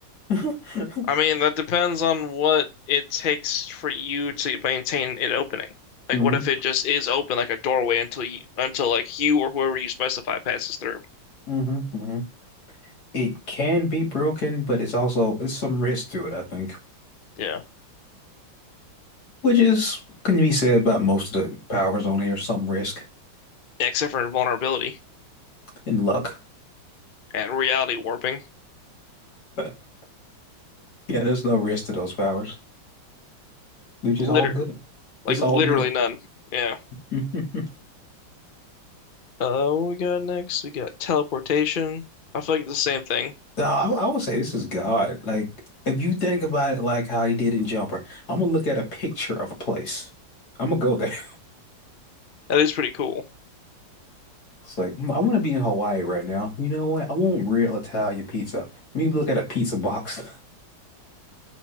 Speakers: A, on the left; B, on the left.
A: <laughs>
B: I mean, that depends on what it takes for you to maintain it opening. Like,
A: hmm
B: what if it just is open like a doorway until you, until like you or whoever you specify passes through?
A: hmm hmm It can be broken, but it's also it's some risk to it, I think,
B: Yeah.
A: which is can be said about most of the powers on here, some risk
B: Except for invulnerability
A: and luck.
B: and reality warping.
A: <laughs> Yeah, there's no risk to those powers. They're just
B: Literally,
A: all good.
B: like
A: It's
B: literally
A: all good.
B: none. Yeah.
A: <laughs> God,
B: Uh, what we got next? We got teleportation. I feel like it's the same thing.
A: No, I, I would say this is God. Like, if you think about it, like how he did in Jumper, I'm gonna look at a picture of a place. I'm gonna go there. <laughs>
B: That is pretty cool.
A: It's like mm, I want to be in Hawaii right now. You know what? I want real Italian pizza. Let me look at a pizza box.